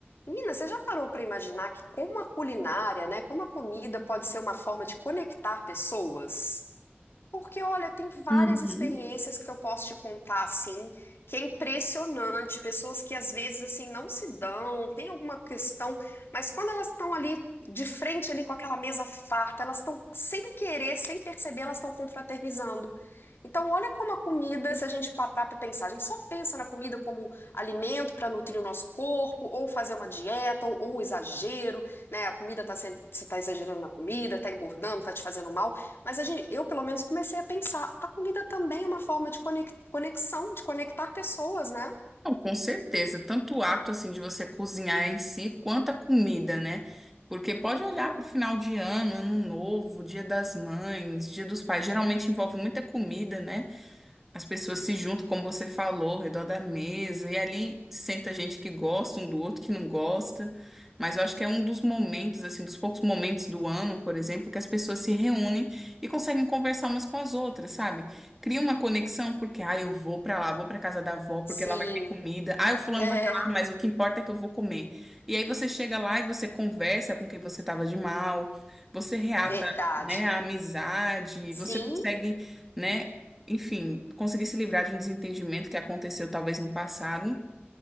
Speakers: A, on the left; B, in the centre.
A: Menina, você já parou pra imaginar que como a culinária, né, como a comida pode ser uma forma de conectar pessoas? Porque, olha, tem várias
B: Uhum.
A: experiências que eu posso te contar, assim, que é impressionante. Pessoas que às vezes, assim, não se dão, tem alguma questão, mas quando elas estão ali de frente, ali com aquela mesa farta, elas estão, sem querer, sem perceber, elas estão confraternizando. Então, olha como a comida, se a gente parar para pensar, a gente só pensa na comida como alimento para nutrir o nosso corpo, ou fazer uma dieta, ou, ou exagero, né? A comida tá sendo, você está exagerando na comida, está engordando, está te fazendo mal. Mas a gente, eu, pelo menos, comecei a pensar, a comida também é uma forma de conex- conexão, de conectar pessoas, né?
B: Não, com certeza, tanto o ato assim de você cozinhar em si, quanto a comida, né? Porque pode olhar para o final de ano, ano novo, Dia das Mães, Dia dos Pais, geralmente envolve muita comida, né? As pessoas se juntam, como você falou, ao redor da mesa, e ali senta gente que gosta um do outro, que não gosta. Mas eu acho que é um dos momentos, assim, dos poucos momentos do ano, por exemplo, que as pessoas se reúnem e conseguem conversar umas com as outras, sabe? Cria uma conexão, porque, ah, eu vou pra lá, vou pra casa da avó, porque
A: Sim,
B: lá vai ter comida. Ah, o fulano
A: <laughs> é
B: vai pra lá, mas o que importa é que eu vou comer. E aí você chega lá e você conversa com quem você tava de mal, você reata,
A: verdade.
B: né, a amizade,
A: Sim,
B: você consegue né? enfim, conseguir se livrar de um desentendimento que aconteceu talvez no passado.